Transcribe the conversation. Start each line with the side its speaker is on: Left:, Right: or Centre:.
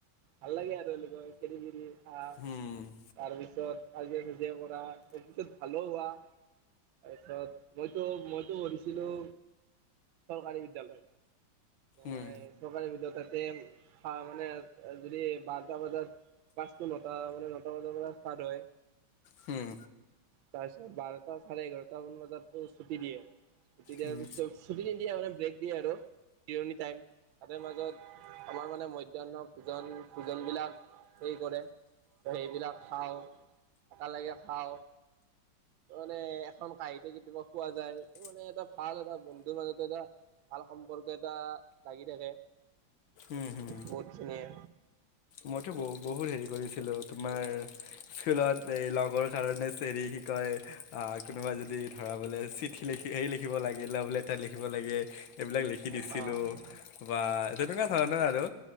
Right: ভাল লাগে আৰু এনেকৈ খেদি খদি আ,
Left: হুম
Right: তাৰপিছত কাজিয়া চাজিয়া কৰা, তাৰপিছত ভালো হোৱা, তাৰপিছত মইতো মইতো পঢ়িছিলোঁ চৰকাৰী বিদ্যালয়ত। মই
Left: উম
Right: চৰকাৰী <unintelligible> তাতে, হা মানে যদি বাৰটা বজাত ক্লাছটো নটা মানে নটা বজাৰ পৰা ষ্টাৰ্ট হয়।
Left: হুম
Right: তাৰপিছত বাৰটা চাৰে এঘাৰটা মান বজাতো ছুটি দিয়ে। ছুটি দিয়াৰ
Left: উম
Right: পিছত, ছুটি নিদিয়ে মানে ব্ৰেক <unintelligible> জিৰণি টাইম, তাতে মাজত, আমাৰ মানে মধ্যাহ্ন ভোজন ভোজন বিলাক হেই কৰে, সেইবিলাক খাওঁ, একেলগে খাওঁ। ত মানে, এখন কাঁহিতে কেতিয়াবা খোৱা যায়, ত মানে এটা ভাল এটা বন্ধুৰ মাজত এটা ভাল সম্পৰ্ক এট <unintelligible> লাগি থাকে।
Left: উম হুম
Right: বহুতখিনিয়ে।
Left: মইতো বহু হেৰি কৰিছো <unintelligible> তোমাৰ, স্কুলত যে লগ <unintelligible> কাৰণে চেৰি শিকাই। অ, কোনোবা যদি ধৰা বলে চিট লিখি হেৰি লিখিব লাগে, লাভ লেটাৰ লিখিব লাগে। এইবিলাক লিখি দিছিলো,
Right: হয়
Left: বা তেনেকুৱা ধৰণৰ আৰু।